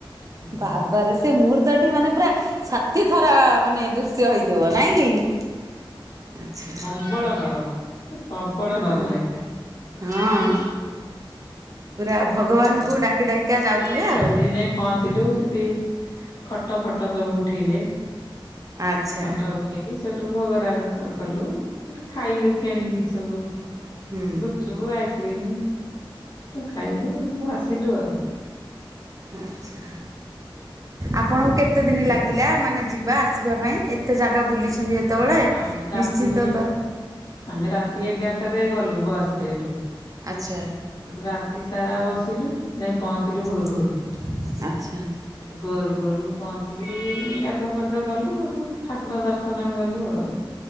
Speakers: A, on the left; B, on the right.
A: ହଁ
B: ବାବାରେ ସେ ମୁହୂର୍ତ୍ତଟି ମାନେ ପୁରା ଛାତି ଥର ମାନେ ଦୃଶ୍ୟ ହେଇଥିବ ନାଇଁ କି? ଆଚ୍ଛା।
A: ପ୍ରବଳ ଡର। ପ୍ରବଳ
B: ହଁ
A: ଡର ଲାଗିଲା। ମାଁ
B: ହଁ
A: <unintelligible>
B: ପୁରା ଭଗବାନଙ୍କୁ ଡାକି ଡାକିକା ଯାଉଥିବେ ଆଉ।
A: ପହଞ୍ଚିଲୁ ସେଠି। ଫଟ ଫଟ ସବୁ ଉଠେଇଲେ
B: ଆଚ୍ଛା
A: ଫଟୋ ଉଠେଇକି ସେଠୁ ଭୋଗ ଭୋଗ ରାଗ କଲୁ ଖାଇଲୁ କିଣିକି ସବୁ
B: ହୁଁ
A: ଗୁପଚୁପ, ଆଇ କ୍ରିମି ଖାଇଲେଠକୁ ଆସିଲୁ ଆଉ।
B: ଆଛା ଆପଣଙ୍କୁ କେତେ ଦିନ ଲାଗିଲା ମାନେ ଯିବା ଆସିବା ପାଇଁ? ଏତେ ଜାଗା ବୁଲିଛନ୍ତି। ଯେତେବେଳେ
A: ଆମେ ରାତି
B: ନିଶ୍ଚିନ୍ତ ତ
A: ଆମେ ରାତି ଏଗାରଟାରେ ଗଲୁ ବସରେ ଏଠୁ
B: ଆଚ୍ଛା।
A: ସେଠୁ ରାତି ସାରା ବସିଲୁ ଯାଇ ପହଞ୍ଚିଲୁ
B: ଆଚ୍ଛା
A: ଭୋର ଭୋର।
B: ଆଚ୍ଛା
A: ଭୋରୁ ଭୋରୁ ପହଞ୍ଚିକିରି ଗାଧୁଆ ପାଧୁଆ କଲୁ ସେଠୁ ଠାକୁର ଦର୍ଶନରେ ଗଲୁ ଆଉ।